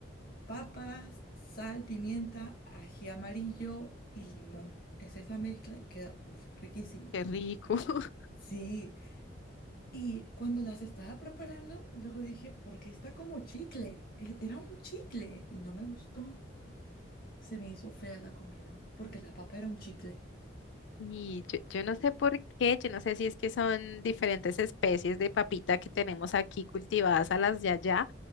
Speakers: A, on the left (about 50°); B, on the left (about 70°).
A: papas, sal, pimienta, ají amarillo y limón. Es esa mezcla y queda, uf, riquísimo.
B: qué rico. <laughs>
A: Sí, Y cuando las estaba preparando, luego dije, ¿por qué está como chicle? E- Era un chicle y no me gustó. Se me hizo fea la comida porque la papa era un chicle.
B: Y yo, yo no sé por qué, yo no sé si es que son diferentes especies de papita que tenemos aquí cultivadas a las de allá